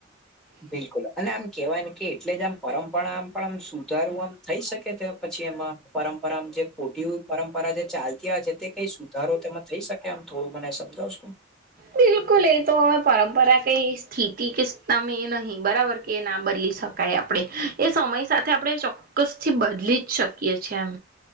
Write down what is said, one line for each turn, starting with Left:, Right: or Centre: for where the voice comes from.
Centre: બિલકુલ અને આમ કેવાય ને કે એટલે જ આમ પરંપરામ પણ આમ સુધારું થઈ શકે તે પછી એમાં પરંપરા જે ખોટી પરંપરા જે ચાલતી આવે છે, તે કઈશુ સુધારો તેમાં થઈ શકે આમ થોડું મને સમજાવશો
Right: બિલકુલ એ તો હવે પરંપરા કે સ્થિતિ કે તમે એ નહી બરાબર કે ના બદલી શકાય આપડે એ સમય સાથે આપણે ચોક્ ક્કસ થી બદલી જ શકીએ છે, એમ